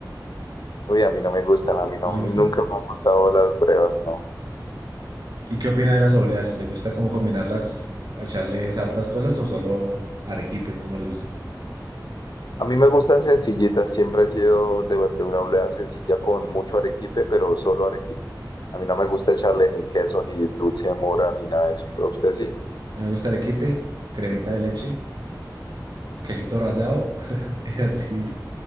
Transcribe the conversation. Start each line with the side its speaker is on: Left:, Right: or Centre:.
Left: Uy, a mí no me gustan, a mí no,
Right: ¿No le
Left: nunca
Right: gusta?
Left: me han gustado las brevas, no.
Right: ¿Y qué opina de las obleas? ¿Le gusta como combinarlas, echarles hartas cosas o solo arequipe? ¿Cómo le gusta?
Left: A mí me gustan sencillitas, siempre he sido de, de una oleada sencilla con mucho arequipe, pero solo arequipe. A mí no me gusta echarle ni queso, ni dulce de mora, ni nada de eso. ¿A usted sí?
Right: A mí me gusta arequipe, cremita de leche, quesito rallado <laughs> y así